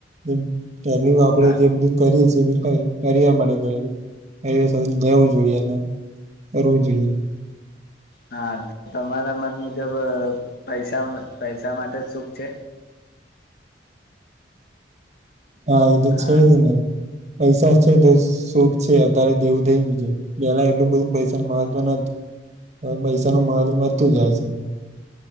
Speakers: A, on the right (about 40°); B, on the left (about 60°).
A: એમ આપડે
B: હા
A: જે બધું કરીએ છીએ એ બું કાય ફરિયા માટે જરૂરી ફરિયા સાથે લવું જોઈએ અને કરવું જોઈએ.
B: હા તો તમારા મત મુજબ પૈસા પૈસા માટે જ સુખ છે?
A: હા એ તો
B: હા
A: છે જ ને. પૈસા છે તો સુખ છે અત્યારે તેવું થઈ બીજું છે, પેલા એટલું બધું પૈસા મહત્વ ન હતું. હવે પૈસાનું મહત્વ વધતું જાય છે.